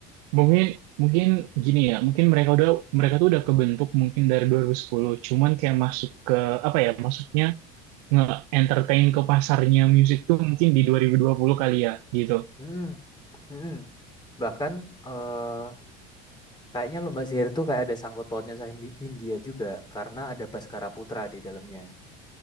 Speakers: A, on the right (about 75°); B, on the left (about 20°).
A: mungkin mungkin gini ya. Mungkin mereka udah mereka tuh udah kebentuk mungkin dari 2010. Cuman kayak masuk ke apa ya? Maksudnya nge-entertain ke pasarnya musik tuh mungkin di 2020 kali ya gitu.
B: Hmm, Mhm. Bahkan, eee, kayaknya lomba sihir tuh kayak ada sangkut pautnya sama Hindia juga karena ada Baskara Putra di dalamnya.